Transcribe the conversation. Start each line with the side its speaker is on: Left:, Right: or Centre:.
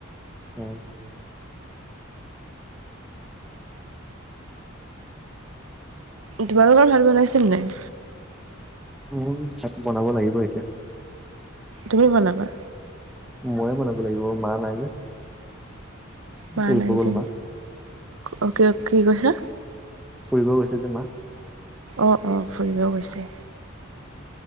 Centre: <unintelligible>
Right: তোমালোকৰ ভাত বনাইছিল নাই।
Centre: উম হো ভাত বনাব লাগিব এতিয়া।
Right: তুমি বনাবা?
Centre: মইয়ে বনাব লাগিব মা নাই যে।
Right: ম
Centre: ফুৰিব
Right: নাই
Centre: গ'ল
Right: যে,
Centre: মা
Right: অ'কে অকে কি কৈছা।
Centre: ফুৰি গৈছে যে মা
Right: অ, অ ফুৰিব গৈছে।